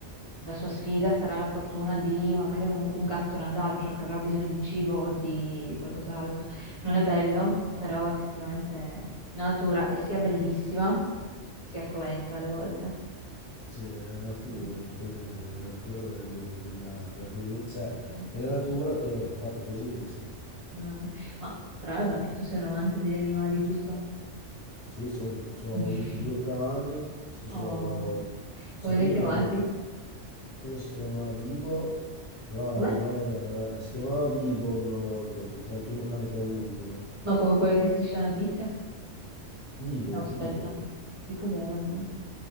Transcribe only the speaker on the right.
La sua sfiga sarà la fortuna di magari un, un gatto randagio che avrà bisogno di cibo o di, di qualcos'altro. Non è bello, però effettivamente la natura è sia bellissima, sia cruenta alle volte.
Mm.
mm,
mm. Eh, Ma tra l'altro anche tu sei un amante degli animali, giusto?
<laughs>
Oh,
come li
hai chiamati?
Com'è?
Ma come quello di Striscia la Notizia?
No, aspetta,
di cos'era Bibo?